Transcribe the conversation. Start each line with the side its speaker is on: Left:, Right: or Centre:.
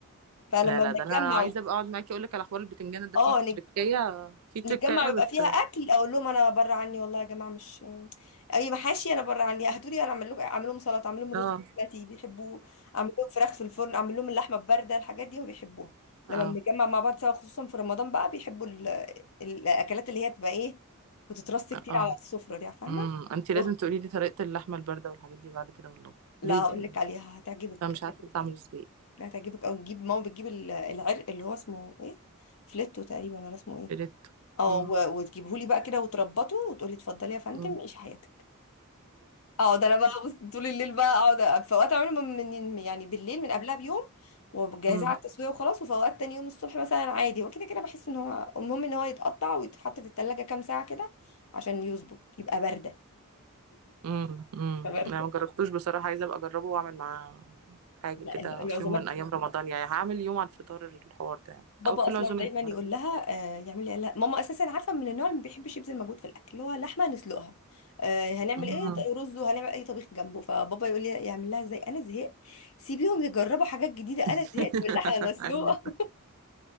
Left: فلما
Right: لا لا
Left: نتجمع
Right: ده انا عايزه ابقى اقعد معاكي اقول لك على حوار البتنجان ده
Left: اه
Right: فيه تركايه فيه تركايه
Left: نتجمع ويبقى
Right: بت
Left: فيها اكل اقول لهم انا بره عني والله يا جماعه مش اي محاشي انا بره عني هاتوا لي انا اعمل لكم اعمل لهم سلطه اعمل لهم
Right: اه
Left: رز بسمتي بيحبوه اعمل لهم فراخ في الفرن اعمل لهم اللحمه البارده الحاجات دي وبيحبوها
Right: <laughs> اه
Left: لما بنتجمع مع بعض سوا خصوصا في رمضان بقى بيحبوا ال... الاكلات اللي هي بتبقى ايه بتترص كتير
Right: اه
Left: على السفره دي فاهمه
Right: امم انت لازم
Left: رز
Right: تقولي لي طريقة اللحمة الباردة والحاجات دي بعد كده والله
Left: لا
Right: لازم
Left: هقول لك عليها هتعجبك
Right: انا مش
Left: هتعجبك
Right: عارفة بتعمل
Left: قوي
Right: ازاي
Left: لا هتعجبك قوي نجيب ماما بتجيب ال- العرق اللي هو اسمه ايه فليتو تقريبا ولا اسمه ايه
Right: بريتو
Left: اه
Right: امم
Left: و- وتجيبهولي بقى كده وتربطه وتقولي اتفضلي يا فندم
Right: امم
Left: عيشي حياتك اه ده انا بقى بص طول الليل بقى اقعد أ- في اوقات اعمله من من- يعني بالليل من قبلها بيوم وجاهزاه
Right: امم
Left: على التسويه وخلاص وفي اوقات تاني يوم الصبح مثلا عادي هو كده كده بحس ان هو المهم ان هو يتقطع ويتحط في التلاجة كام ساعه كده عشان يظبط يبقى بارده
Right: امم أمم.
Left: يبقى بارده
Right: انا ما جربتوش بصراحة عايزة ابقى اجربه واعمل معاه حاجة
Left: لا
Right: كده
Left: ال- العزومات
Right: في يوم من ايام رمضان يعني هعمل يوم على الفطار الحوار ده يعني
Left: بابا
Right: او في
Left: اصلا
Right: العزومة
Left: دايما
Right: النهاردة.
Left: يقول لها آه يعملي لا ماما اساسا عارفه من النوع اللي ما بيحبش يبذل مجهود في الاكل اللي هو لحمه نسلقها آه هنعمل
Right: أمم.
Left: ايه ط- رز وهنعمل اي طبيخ جنبه فبابا يقول لي يعمل لها ازاي انا زهقت سيبيهم يجربوا حاجات جديده
Right: <laughs>
Left: انا زهقت من اللحمه المسلوقه
Right: أيوة.